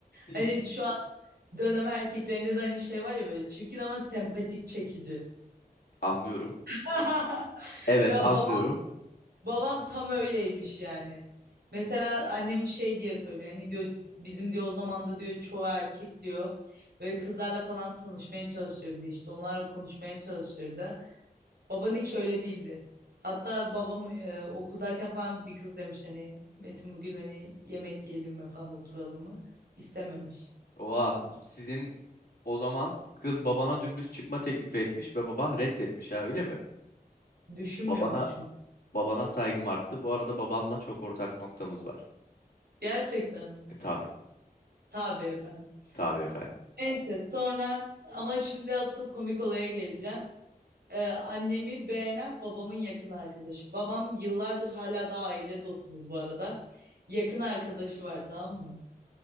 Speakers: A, on the left; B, on the right.
A: Hmm,
B: Hani şu an dönem erkeklerinde de hani şey var ya böyle çirkin ama sempatik çekici.
A: anlıyorum.
B: <laughs>
A: Evet
B: Ya
A: anlıyorum.
B: babam Babam tam öyleymiş yani. Mesela annem şey diye söylüyor. Hani diyor bizim diyor o zaman da diyor çoğu erkek diyor. Böyle kızlarla falan tanışmaya çalışırdı işte. Onlarla konuşmaya çalışırdı. Baban hiç öyle değildi. Hatta babam e, okuldayken falan bir kız demiş hani Metin bugün hani yemek yiyelim mi falan oturalım mı? İstememiş.
A: Oha sizin o zaman kız babana dümdüz çıkma teklifi etmiş ve baban reddetmiş ha öyle mi?
B: Düşünmüyormuş
A: Babana
B: çünkü.
A: babana saygım arttı. Bu arada babanla çok ortak noktamız var.
B: Gerçekten mi?
A: E tabi
B: Tabii efendim.
A: tabi efendim.
B: Neyse sonra ama şimdi asıl komik olaya geleceğim. Ee, annemi beğenen babamın yakın arkadaşı. Babam yıllardır hala daha aile dostumuz bu arada. Yakın arkadaşı var tamam mı?